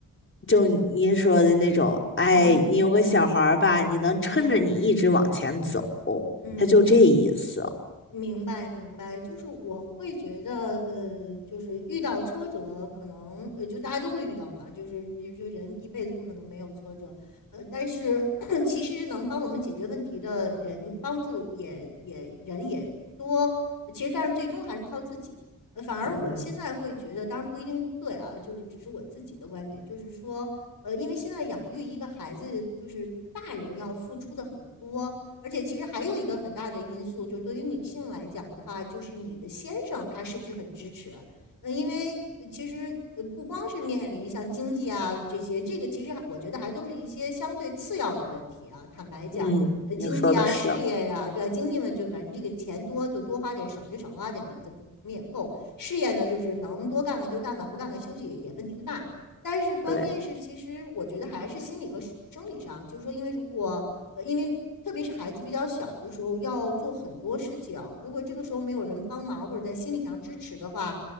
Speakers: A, on the left; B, on the left.
A: 就您说的那种，哎，
B: 嗯
A: 你有个小孩儿吧，你能撑着你一直往前走，
B: 嗯嗯，
A: 他就这意思。
B: 明白，明白，就是我会觉得，呃，就是遇到挫折，可能呃，就大家都会遇到嘛，就是就就人一辈子不可能没有挫折，呃，但是 <clears throat> 其实能帮我们解决问题的人，帮助也也人也多，其实但是最终还是靠自己。呃，反而我现在会觉得，
A: 嗯
B: 当然不一定对啊，就是只是我自己的观点，就是说，呃，因为现在养育一个孩子，就是大人要付出的很多。而且其实还有一个很大的因素，就是对于女性来讲的话，就是你的先生他是不是很支持？嗯，因为呃其实呃不光是面临像经济啊这些，这个其实我觉得还都是一些相对次要的问题啊。坦白讲，
A: 嗯，
B: 呃，
A: 你说的是，
B: 经济啊、事业呀、对吧、经济嘛，就反正这个钱多就多花点，少就少花点嘛，怎么也够。事业呢，就是能多干干就干干，不干干休息也问题不大。但是关键是，
A: 对。
B: 其实我觉得还是心理和生理上，就是说，因为如果呃，因为特别是孩子比较小的时候，要做很多事情，如果这个时候没有人帮忙或者在心理上支持的话，